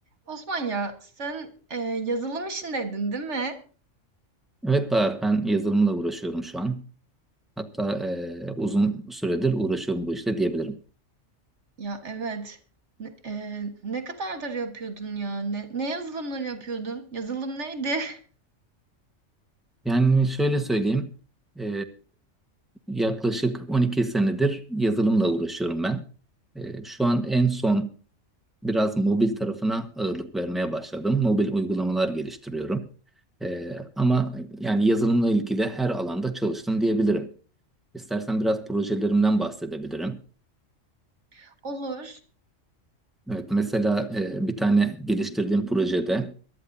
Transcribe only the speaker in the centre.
Evet Bahar, ben yazılımla uğraşıyorum şu an. Hatta e, uzun süredir uğraşıyorum bu işte diyebilirim.
Yani şöyle söyleyeyim, e, yaklaşık 12 senedir yazılımla uğraşıyorum ben. E, şu an en son biraz mobil tarafına ağırlık vermeye başladım. Mobil uygulamalar geliştiriyorum. E, ama yani yazılımla ilgili her alanda çalıştım diyebilirim. İstersen biraz projelerimden bahsedebilirim.
Evet, mesela e, bir tane geliştirdiğim projede